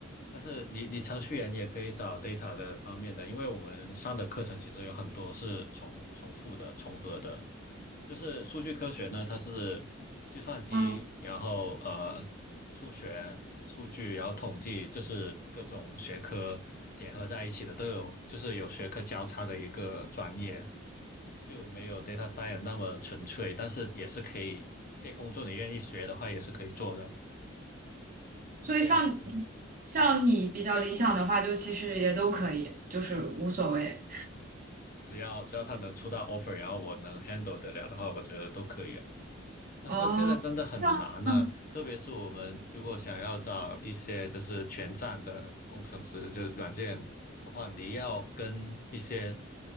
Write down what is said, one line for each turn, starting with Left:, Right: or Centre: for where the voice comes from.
Left: 但是你你程序员也可以找 data 的方面的，因为我们上的课程其实有很多是重重复的、重合的，就是数据科学呢，它是计算机，
Right: 嗯，
Left: 然后呃数学、数据，然后统计，就是各种学科结合在一起的，都有就是有学科交叉的一个专业。就没有 data science 那么纯粹，但是也是可以，这些工作你愿意学的话也是可以做的，是这样子的
Right: 所以像像你比较理想的话，就其实也都可以，就是无所谓。
Left: 只要只要他能出到 offer，然后我能 handle 得了的话，我觉得都可以啊。但是现在真的很难呢、
Right: 哦，这样，嗯，
Left: 特别是我们如果想要找一些就是全站的工程师，就是软件的话，你要跟一些